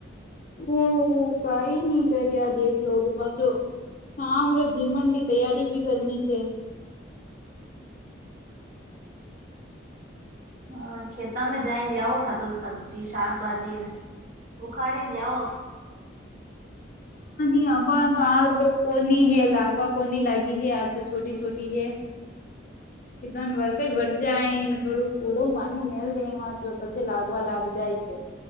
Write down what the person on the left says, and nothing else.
ઓહ કઈ નહી કર્યા દેખલો ભ પાછો હા અમરે જીમનડી તૈયારી ભી કરની છે.
હબ તો હાલ તો કોની હૈ લાગવા કોની લાગી હૈ હાલ તો છોટી છોટી હૈ. કધન વર કઈ વર જાયને થોડું કૂડું પાણી મેલ દે એમાં જો પછી લાગવા લાગ જાય છે.